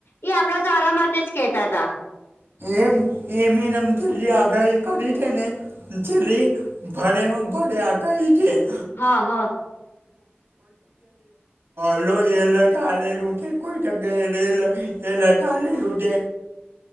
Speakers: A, on the left (about 75°); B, on the right (about 85°).
A: એ આપડા સારા માટે જ કેતા તા.
B: એમ એમ તે છેલ્લી આગાહી કરી છેને જલી ભારેમાં ભારે આગાહી છે <inaudible>
A: હા હા
B: હલો એલર્ટ આલેલુ છે કોઈ જગ્યાએ રેલ એલર્ટ આલેલું છે